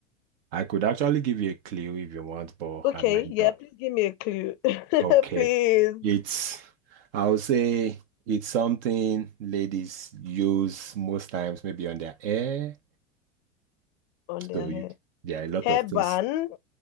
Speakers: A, on the right (about 55°); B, on the left (about 45°).
A: I could actually give you a clue if you want, but
B: Okay.
A: I might
B: Yeah.
A: not.
B: Please give me a clue. <laughs>
A: Okay.
B: Please.
A: It's, I would say it's something ladies use most times, maybe on their hair.
B: On their
A: So
B: hair.
A: you, there are a lot
B: Hair
A: of things.
B: band.